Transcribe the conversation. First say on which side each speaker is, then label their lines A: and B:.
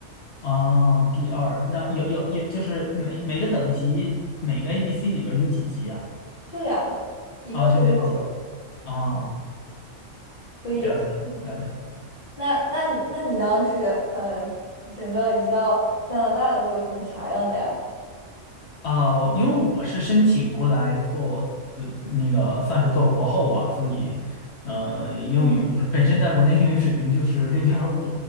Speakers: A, on the left (about 60°); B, on the left (about 40°).
A: 啊，B 二，那有有有，就是每每个等级每个 A B C 里边儿有几级啊？
B: 就两个，一共就六个，
A: 啊，就两级啊，
B: 所以嗯
A: 了解了，了解了。
B: 那那那你当时呃整个移到加拿大的过程是啥样的呀？
A: 啊、因为我是申请过来做的那个算是做博后吧，所以呃，英语我本身在国内英语水平就是六点五，
B: 嗯。